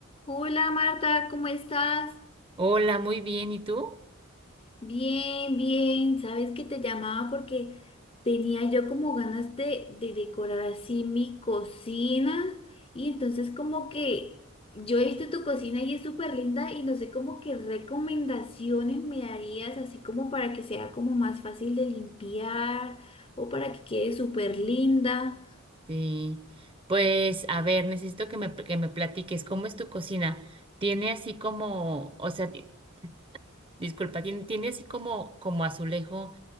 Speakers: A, on the left (about 30°); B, on the right (about 25°).
A: Hola Marta, ¿cómo estás?
B: Hola, muy bien. ¿Y tú?
A: Bien, bien. Sabes que te llamaba porque tenía yo como ganas de, de decorar así mi cocina y entonces como que yo he visto tu cocina y es súper linda y no sé como qué recomendaciones me darías así como para que sea como más fácil de limpiar o para que quede súper linda.
B: Sí. Pues, a ver, necesito que me, que me platiques cómo es tu cocina. Tiene así como, o sea, ti- disculpa, ¿tiene, tiene así como, como azulejo